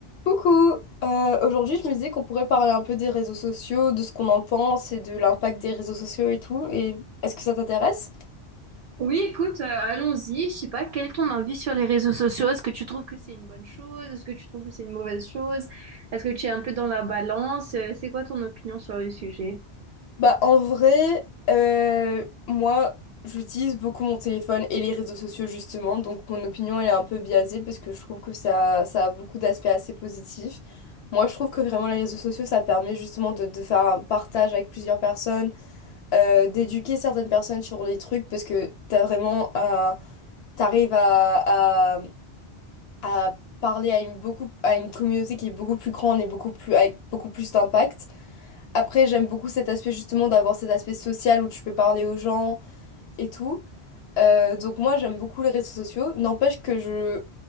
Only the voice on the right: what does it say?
Oui, écoute, euh, allons-y. Je sais pas, quel est ton avis sur les réseaux sociaux? Est-ce que tu trouves que c'est une bonne chose? Est-ce que tu trouves que c'est une mauvaise chose? Est-ce que tu es un peu dans la balance? Euh, C'est quoi ton opinion sur le sujet?